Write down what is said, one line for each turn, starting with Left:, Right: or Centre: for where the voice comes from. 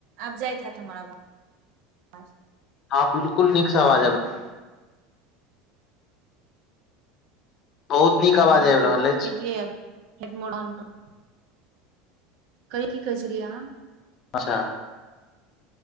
Right: आब जाइथा हेथ हमर अबाज
Left: हँ बिलकुल नीक से आवाज अबै बहुत नीक आवाज
Right: हँ
Left: आबि
Right: तऽ
Left: रहल
Right: हम
Left: अछि
Right: क लि अभ हेड मोड ऑन कर कहियो कि कहै छलियै आहाँ
Left: अच्छह